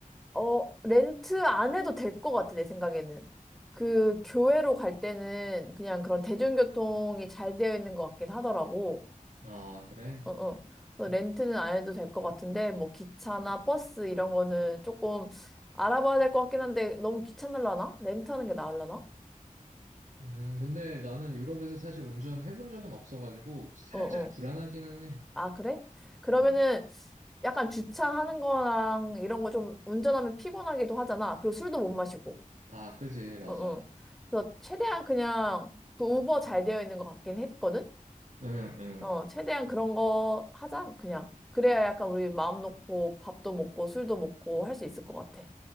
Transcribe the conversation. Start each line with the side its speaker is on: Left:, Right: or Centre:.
Centre: 어, 렌트 안 해도 될 것 같아, 내 생각에는. 그 교회로 갈 때는 그냥 그런 대중교통이 잘 되어 있는 것 같긴 하더라고.
Right: 아, 그래?
Centre: 어, 어. 그래서
Right: 음.
Centre: 렌트는 안 해도 될 것 같은데, 뭐 기차나 버스 이런 거는 조금 알아봐야 될 것 같긴 한데, 너무 귀찮을라나? 렌트하는 게 나을라나?
Right: 음, 근데 나는 유럽에서 사실 운전해본 적은 없어가지고 살짝
Centre: 어, 어.
Right: 불안하기는 해.
Centre: 아, 그래? 그러면은
Right: 음.
Centre: 약간 주차하는 거랑 이런 거 좀 운전하면 피곤하기도 하잖아. 그리고 술도 못 마시고.
Right: 아, 그지, 맞아.
Centre: 어, 어. 그래서 최대한 그냥 그 우버 잘 되어 있는 것 같긴 했거든?
Right: 응, 응.
Centre: 어, 최대한 그런 거 하자, 그냥. 그래야 약간 우리 마음 놓고 밥도 먹고 술도 먹고 할 수 있을 것 같아.